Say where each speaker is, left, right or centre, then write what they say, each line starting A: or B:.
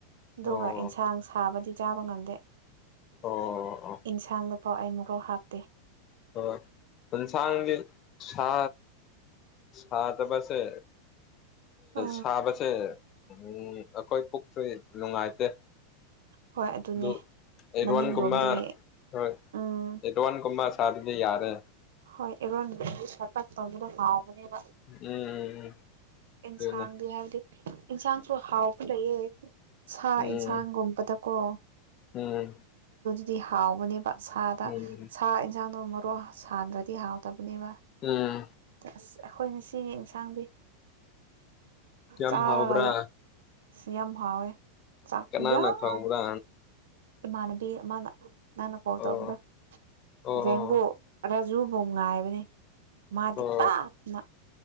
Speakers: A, on the right; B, on the left.
A: ꯑꯗꯨꯒ
B: ꯑꯣ
A: ꯑꯦꯟꯁꯥꯡ ꯁꯥꯕꯗꯤ ꯆꯥꯕ ꯉꯝꯗꯦ
B: ꯑꯣ ꯑꯣ
A: ꯏꯟꯁꯥꯡ ꯂꯨ ꯄꯥꯎ ꯑꯩ ꯃꯣꯔꯣꯛ ꯍꯥꯞꯇꯦ
B: ꯍꯣꯢ ꯑꯦꯟꯁꯥꯡꯗꯤ ꯁꯥ ꯁꯥ ꯇ ꯄꯁꯦ
A: ꯑ
B: ꯁꯥꯕꯁꯦ ꯑꯩꯈꯣꯏ ꯄꯨꯛꯁꯦ ꯅꯨꯡꯉꯥꯏꯇꯦ
A: ꯍꯣꯏ ꯑꯗꯨꯅꯦ
B: ꯑꯗꯨ ꯑꯦꯔ
A: ꯃꯅꯤꯡꯔꯣꯝꯗꯒꯤ
B: ꯋꯥꯟ ꯀꯨꯝꯕ ꯍꯣꯏ
A: ꯎꯝ
B: ꯏꯠꯋꯥꯟ ꯀꯨꯃꯥ ꯁꯔꯗꯤ ꯌꯥꯔꯦ
A: ꯍꯣ ꯑꯦꯕꯣꯟ ꯆꯥꯛꯇꯥꯛ ꯇꯂꯒꯗ ꯈꯥ ꯅꯦꯕ
B: ꯎꯝ
A: ꯑꯦꯟꯁꯥꯡꯒꯤ
B: ꯑꯗꯨꯅꯦ
A: ꯍꯥꯏꯕꯗꯤ ꯏꯟꯁꯥꯡꯁꯨ ꯍꯥꯎꯕ ꯂꯩꯌꯦ ꯁꯥ
B: ꯎꯝ
A: ꯌꯦꯟꯁꯥꯡꯒꯨꯝꯕꯗꯀꯣ
B: ꯎꯝ
A: ꯗꯤ ꯍꯥꯎꯕꯅꯦꯕ ꯁꯥꯗ
B: ꯎꯝ
A: ꯁꯥ ꯌꯦꯟꯁꯥꯡꯗꯣ ꯃꯔꯣꯛ ꯁꯥꯟꯗ꯭ꯔꯗꯤ ꯍꯥꯎꯗꯕ ꯅꯦꯕ
B: ꯎꯝ
A: ꯑꯁ ꯑꯩꯈꯣꯏꯅ ꯁꯤꯒꯤ ꯌꯦꯟꯁꯥꯡꯗꯤ
B: ꯌꯥꯝ
A: ꯆꯥꯔ
B: ꯍꯥꯎꯕ꯭ꯔꯥ
A: ꯀꯜꯂꯥ ꯁꯤ ꯌꯥꯝ ꯍꯥꯎꯋꯦ ꯆꯥꯛ
B: ꯀꯅꯥꯅ
A: ꯌꯥꯝ
B: ꯊꯣꯡꯕ꯭ꯔꯥ
A: ꯏꯃꯥꯟꯅꯕꯤ ꯑꯃꯅ ꯅꯪꯅ ꯀꯣꯜ
B: ꯑꯣ
A: ꯇꯧꯕꯗꯣ
B: ꯑꯣ
A: ꯖꯦꯝꯕꯨ ꯈꯖꯨ ꯑꯃꯛ ꯉꯥꯏꯕꯅꯦ ꯃꯥꯗꯤ
B: ꯑꯣ
A: ꯇꯥꯞꯅ